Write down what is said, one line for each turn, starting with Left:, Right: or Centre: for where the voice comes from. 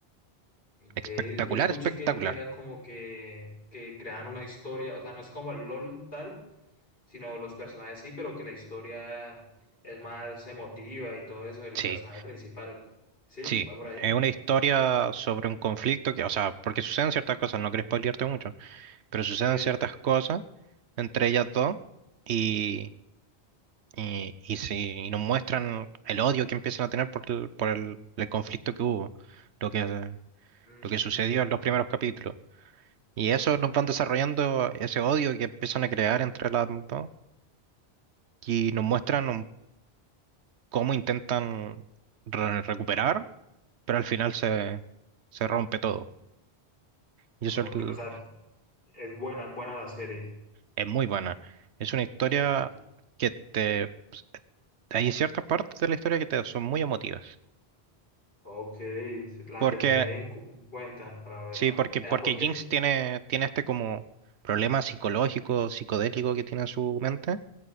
Right: Espectacular,
Left: Eh, yo escuché
Right: espectacular.
Left: que, que era como que, que crean una historia, o sea, no es como el LOL tal, sino los personajes sí, pero que la historia es más emotiva y todo eso, el
Right: Sí,
Left: personaje principal. ¿Sí?
Right: sí.
Left: ¿Va por ahí?
Right: Es una historia sobre un conflicto que, o sea, porque suceden ciertas cosas, no quiero spoilearte mucho, pero suceden
Left: Ok.
Right: ciertas cosas entre ellas dos y, y, y, sí, y nos muestran el odio que empiezan a tener por el, por el el conflicto que hubo lo que
Left: Mm,
Right: lo que sucedió en los primeros capítulos. Y eso nos van desarrollando ese odio que empiezan a crear entre las dos y nos muestran un- cómo intentan re- recuperar, pero al final se, se rompe todo. Y
Left: Ok,
Right: eso es, l-
Left: O sea, es buena, buena la serie.
Right: es muy buena. Es una historia
Left: Ok,
Right: que te... pues, Hay ciertas partes de la historia que te, son muy emotivas.
Left: ok, la
Right: Porque,
Left: tendré en cu- en cuenta para verla.
Right: sí, porque,
Left: Ah,
Right: porque
Left: ¿por qué?
Right: Jinx tiene, tiene este como problema psicológico, psicodélico que tiene en su mente